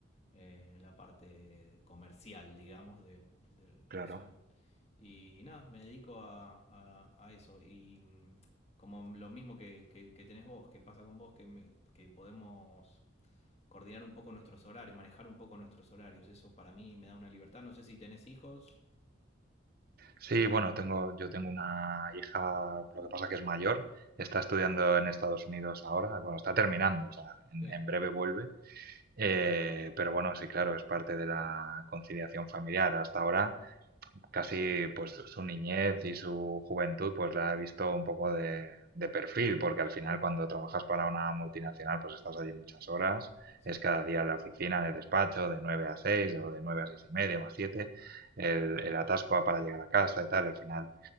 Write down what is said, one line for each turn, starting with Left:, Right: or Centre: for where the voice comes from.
Left: eh, la parte comercial, digamos, de, de
Right: claro.
Left: eso. Y nada, me dedico a, a, a eso. Y mm, como lo mismo que, que, que tenés vos, que pasa con vos, que, me- que podemos coordinar un poco nuestros horarios, manejar un poco nuestros horarios. Eso para mí me da una libertad. No sé si tenés hijos.
Right: Sí, bueno, tengo, yo tengo una hija, lo que pasa que es mayor, está estudiando en Estados Unidos ahora, bueno, está terminando, o sea,
Left: Ok,
Right: en, en breve vuelve Eh, pero bueno, sí, claro, es parte de la conciliación familiar. Hasta ahora, casi pues su niñez y su juventud, pues la he visto un poco de, de perfil, porque al final cuando trabajas para una multinacional, pues estás allí muchas horas,
Left: Exacto.
Right: es cada día en la oficina, en el despacho, de 9 a 6 o de 9 a 6 y media o a siete el, el atasco para llegar a casa y tal, al final